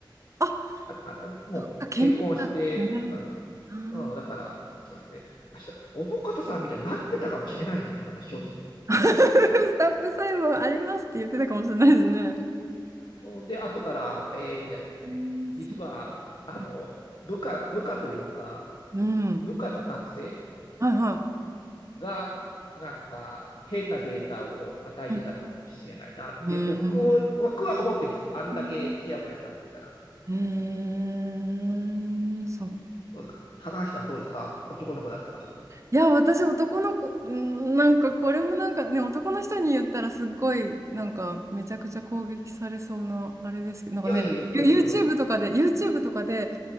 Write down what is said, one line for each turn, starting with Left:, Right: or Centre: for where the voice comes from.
Right: あ、
Left: ああもう結婚して、
Right: そっか、研究者ってね。
Left: うん、
Right: あー
Left: うん、だから、そうですね、確か、おぼかたさんみたいになってたかもしれないですね、私、正直。
Right: <laughs> スタッフ細胞ありますって言ってたかもしれないですね。
Left: うん、で、後から、ええー、みたいな。
Right: うん、そっ
Left: 実は、あの、
Right: か。
Left: 部下、部下というか、
Right: うん。
Left: 部下の学生
Right: はいは
Left: が、なんか変なデータを与えてたのかもしれないなって僕は僕は思ってます。
Right: い。うん。
Left: あんだけちやほやされてたら。
Right: うんへえ、そっか。
Left: どうですか棚橋さんどうですか男の子だったら。
Right: いや、私男の子、うんなんかこれもなんかね、男の人に言ったらすっごい、なんかめちゃくちゃ攻撃されそうな、あれですけど、なんかね、
Left: いやいや言ってる。
Right: ユ YouTube とかで、YouTube とかで、